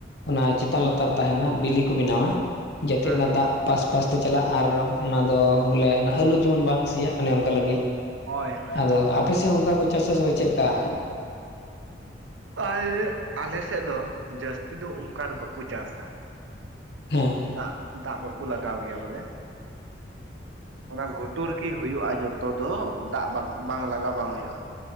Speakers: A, on the left; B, on the right.
A: ᱚᱱᱟ ᱪᱮᱛᱟᱱ ᱞᱟᱛᱟᱨ ᱨᱮ ᱛᱟᱦᱮᱱᱟ ᱵᱤᱞᱤ ᱠᱚ ᱵᱮᱱᱟᱣᱟ ᱡᱟᱛᱮ
B: ᱦᱮᱸ
A: ᱚᱱᱟ
B: ᱦᱮᱸ᱾
A: ᱫᱟᱜ ᱯᱟᱥ ᱯᱟᱥ ᱛᱮ ᱪᱟᱞᱟᱜ ᱟᱨ ᱚᱱᱟ ᱫᱚ ᱵᱚᱞᱮ ᱚᱱᱟ
B: ᱦᱩᱸ
A: ᱟᱹᱞᱩ ᱡᱮᱢᱚᱱ ᱵᱟᱝ ᱥᱮᱭᱟᱜ ᱚᱱᱮ ᱚᱱᱠᱟ ᱞᱟᱹᱜᱤᱫ
B: ᱦᱳᱭ ᱦᱳᱭ᱾
A: ᱟᱫᱚ ᱟᱯᱮ ᱥᱮᱫ ᱦᱚᱸ ᱚᱱᱠᱟ ᱠᱚ ᱪᱟᱥ ᱟᱥᱮ ᱵᱟᱝ ᱪᱮᱫ ᱞᱮᱠᱟ,
B: <unintelligible> ᱟᱞᱮ ᱥᱮᱫ ᱫᱚ ᱡᱟᱹᱥᱛᱤ ᱫᱚ ᱚᱱᱠᱟ ᱫᱚ ᱵᱟᱠᱚ ᱪᱟᱥᱼᱟ,
A: ᱦᱮᱸ
B: ᱫᱟᱜ ᱫᱟᱜ ᱵᱟᱠᱚ ᱞᱟᱜᱟᱣ ᱜᱮᱭᱟ ᱵᱚᱞᱮ ᱚᱱᱟ ᱜᱷᱩᱴᱼᱼ ᱛᱩᱞᱜᱤ ᱦᱩᱭᱩᱜᱼᱟ ᱡᱚᱛᱚ ᱫᱚ ᱫᱟᱜ ᱵᱟᱝ ᱵᱟᱝ ᱞᱟᱜᱟᱣ ᱵᱟᱝ ᱦᱩᱭᱩᱜᱼᱟ